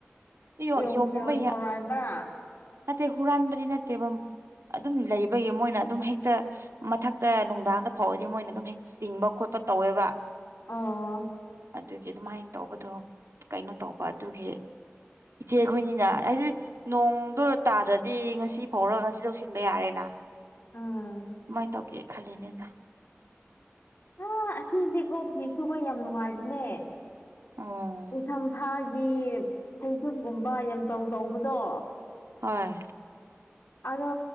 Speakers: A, on the right; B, on the left.
A: ꯑꯌꯣ
B: ꯌꯣꯡ
A: ꯌꯣꯡꯒꯨꯝꯕ
B: ꯐꯤꯔꯣꯟ
A: ꯌꯥꯝ
B: ꯍꯧꯔꯛꯑꯟꯕ꯭ꯔꯥ
A: ꯅꯠꯇꯦ ꯍꯨꯔꯥꯟꯕꯗꯤ ꯅꯠꯇꯦꯕ ꯑꯗꯨꯝ ꯂꯩꯕꯒꯤ ꯃꯣꯏꯅ ꯑꯗꯨꯝ ꯍꯦꯛꯇ ꯃꯊꯛꯇ ꯅꯨꯡꯗꯥꯡꯗ ꯐꯥꯎꯔꯗꯤ ꯃꯣꯏꯅ ꯑꯗꯨꯝ ꯍꯦꯛꯇ ꯆꯤꯡꯕ ꯈꯣꯠꯄ ꯇꯧꯋꯦꯕ
B: ꯑꯣ
A: ꯑꯗꯨꯒꯤ ꯑꯗꯨꯃꯥꯏꯅ ꯇꯧꯕꯗꯣ ꯀꯩꯅꯣ ꯇꯧꯕ ꯑꯗꯨꯒꯤ ꯏꯆꯦꯈꯣꯏꯅꯤꯅ ꯍꯥꯏꯗꯤ ꯅꯣꯡꯗꯣ ꯇꯥꯗ꯭ꯔꯗꯤ ꯉꯁꯤ ꯐꯥꯎꯔ ꯉꯁꯤ ꯂꯧꯁꯤꯟꯕ ꯌꯥꯔꯦꯅ
B: ꯎꯝ
A: ꯗꯨꯃꯥꯏꯅ ꯇꯧꯒꯦ ꯈꯜꯂꯤꯅꯦꯗ
B: ꯑ ꯑꯁꯤꯗꯤꯀꯣ ꯐꯤ ꯁꯨꯕ ꯌꯥꯝ ꯅꯨꯡꯉꯥꯏꯕꯅꯦ
A: ꯑꯣ
B: ꯅꯤꯡꯊꯝꯊꯥꯒꯤ ꯐꯩꯖꯨꯞꯀꯨꯝꯕ ꯌꯥꯝꯆꯧ ꯆꯧꯕꯗꯣ
A: ꯍꯣꯏ
B: ꯑꯗꯣ